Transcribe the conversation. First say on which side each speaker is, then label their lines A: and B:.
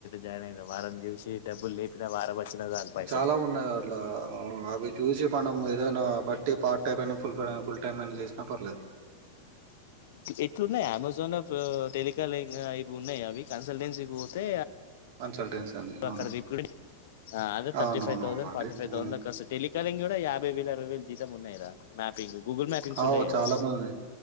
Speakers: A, on the left; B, on the right.
A: జాయిన్ ఐదాం వారం చూసి డబ్బులు లేపినా వారం వచ్చినా చాలు పైసలు
B: చాలా ఉన్నాయి అట్లా అవి చూసి మనం ఏదైనా కాబట్టి పార్ట్ టైమ్ అయినా ఫుల్ టైం ఫుల్ టైమ్ ఐనా చేసినా పర్లేదు
A: ఎట్లున్నాయి అమెజాన్లా టెలికాలింగ్ అవి ఉన్నాయ అవి కన్సల్టెన్సీకీ పోతే
B: కన్సల్టెన్సీ అని. అవును.
A: అక్కడ రికులింగ్ అదే
B: అవునవునవునండి
A: థర్టీ ఫైవ్ థౌసండ్ ఫార్టీ ఫైవ్
B: హ్మ్.
A: థౌసండ్ దాకావస్తాయ్ టేలి కాలింగ్ కూడా యాభై వేల అరవై వేల జీతం ఉన్నాయి రా మ్యా పింగ్ గూగుల్ మ్యాపింగ్స్
B: అవు
A: ఉంటాయి కదా
B: చాలా మంది